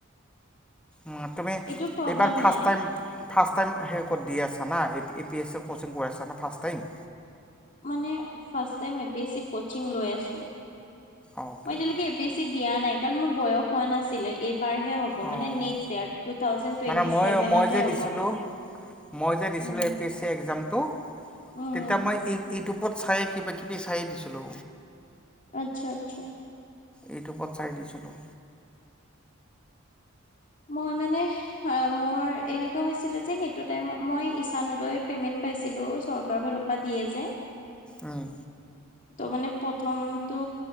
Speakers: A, in the centre; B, on the left (about 40°).
A: উ তুমি
B: এইটো প্ৰব্লেম
A: এইবাৰ ফাৰ্ষট
B: নাই
A: টাইম ফাৰ্ষ্ট টাইম সে ক'ত দি আছা? এ পি এছ চিৰ কো'চিং কৰাইছানা ফাৰ্ষ্ট টাইম?
B: মানে first time A P S C coaching লৈ আছো। টো
A: অ'কে।
B: মই আজিলৈকে এ পি এচ চি দিয়া নাই। কাৰণ মোৰ বয়স কোৱা নাছিল। এইবাৰ হে হ'ব,
A: অ'
B: মানে নেক্স টাইম, টো থাওজেন্ড টোৱেন্টি
A: মানে মই
B: চেভেনত
A: মই যে
B: হে
A: দিছিলোঁ
B: হ'ব,
A: মই যে দিছিলোঁ
B: উম।
A: এ পি এছ চি এক্সামটো
B: উম
A: তেতিয়া মই এই ইউটিউবত চাইে কিবা কিবি চায়ে দিছিলো।
B: আচ্ছা আচ্ছা।
A: এইটোউবত চাই দিছিলোঁ।
B: মই মানে, মোৰ এনেকুৱা হৈছিলে যে সেইটো টাইমত, মই ইচান উদয়ৰ পেমেন্ট পাইছিলো, চৰকাৰৰ ফালৰ পৰা দিয়ে যে।
A: উম,
B: তো মানে প্ৰথমটো